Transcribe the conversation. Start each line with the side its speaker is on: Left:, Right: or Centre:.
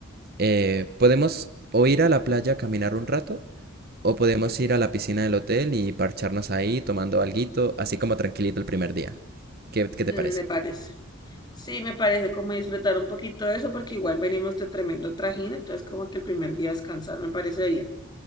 Right: Eh, podemos o ir a la playa a caminar un rato O podemos ir a la piscina del hotel y parcharnos ahí tomando alguito, así como tranquilito el primer día. ¿Qué, qué te
Left: Mm,
Right: parece?
Left: Me parece. Sí, me parece como disfrutar un poquito de eso, porque igual venimos de tremendo trajín, entonces como que el primer día descansar me parece bien.